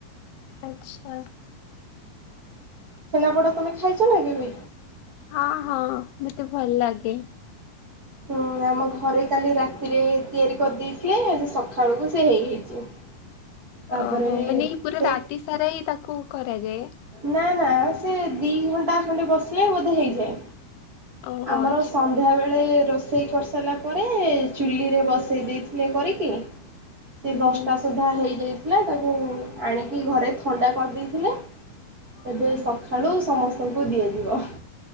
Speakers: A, on the left; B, on the right.
A: ଆଚ୍ଛା।
B: ଛେନାପୋଡ଼ ତମେ ଖାଇଛ ନା କେବେ?
A: ହଁ ହଁ ମତେ ଭଲ ଲାଗେ।
B: ହୁଁ ଆମ ଘରେ କାଲି ରାତିରେ ତିଆରି କରିଦେଇଥିଲେ, ସେ ସକାଳକୁ ସେ ହେଇଯାଇଛି। ତାପରେ
A: ଓହୋ ମାନେ ପୁରା
B: ସେ
A: ରାତି ସାରା ହଁ ତାକୁ କରାଯାଏ।
B: ନା ସେ ଦି ଘଣ୍ଟା ଖଣ୍ଡେ ବସିଲେ ବୋଧେ ହେଇଯାଏ।
A: ଓହୋ
B: ଆମର
A: ଆଚ୍ଛା
B: ସନ୍ଧ୍ୟା ବେଳେ ରୋଷେଇ କରିସାରିଲା ପରେ ଚୁଲିରେ ବସେଇ ଦେଇଥିଲେ କରିକି ସେ
A: ହୁଁ
B: ଦଶଟା ସୁଦ୍ଧା ହେଇଯାଇଥିଲା। ତାକୁ ଆଣିକି ଘରେ ଥଣ୍ଡା କରିଦେଇଥିଲେ। ଏବେ
A: ହୁଁ
B: ସକାଳୁ ସମସ୍ତଙ୍କୁ ଦିଆଯିବ